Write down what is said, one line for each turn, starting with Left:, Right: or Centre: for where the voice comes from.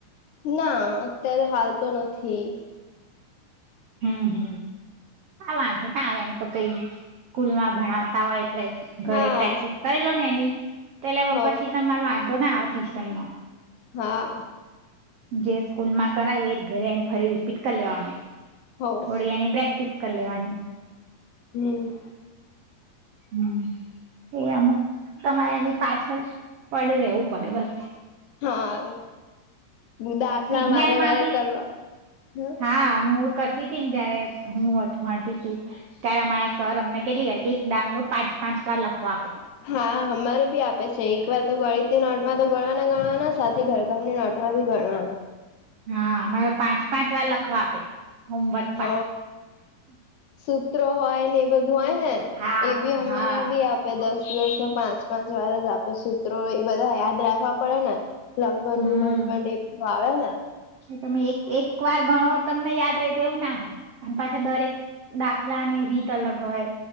Left: ના અત્યારે હાલ તો નથી.
Right: હમ્મ હમ્મ વાંધો ના આવે એમ તો કઈ સ્કૂલમાં ભણાવતા હોય એટલે ઘરે
Left: હા
Right: પ્રેક્ટિસ કરી લો ને એની તો એલે
Left: હ
Right: પછી તમાર વાંધ તો ના આવે ટ્યુશનનો.
Left: હા.
Right: જે સ્કૂલમાં કરાવીએ એજ ઘરે આઈને ફરી રીપીટ કરી લેવાનું.
Left: હો
Right: થોડી એની પ્રેક્ટિસ કરી લેવાની.
Left: હમ્મ.
Right: હમ્મ એ અમુક તમારે એની પાછળ પડયું રેવું પડે બસ.
Left: હા. દાખલા
Right: વિજ્ઞાનમાં
Left: વારે વારે
Right: બી
Left: કરવા હમ્મ.
Right: હા હું કરતી હતી ને જયારે હું ભણતી હતી ત્યારે અમારા સર અમને કેટલી વાર એક દાખલો પાંચ પાંચ વાર લખવા આપે.
Left: હા હમારે બી આપે છે એક વાર તો ગણિતની નોટમાં તો ગણવાના ગણવાના સાથે ઘરકામની નોટમાં ભી ગણવાના.
Right: હા મારે પાંચ પાંચ વાર લખવા આપે. હોમવર્ક પા
Left: હ સૂત્રો હોય ને એ બધું હોય ને
Right: હા
Left: એ બી અમારા
Right: હા
Left: બી આપે દસ દસ, પાંચ-પાંચ વાર જ આપે સૂત્રો એ બધા યાદ રાખવા પડે ને. લંગનનુ
Right: હમ
Left: ગણપ એ ભાવે ને?
Right: તમે એક એક વાર ગણો તમને યાદ રહી જ એવું ના અને પાછા દરેક ડાખ ખલાની રીત અલગ હોય.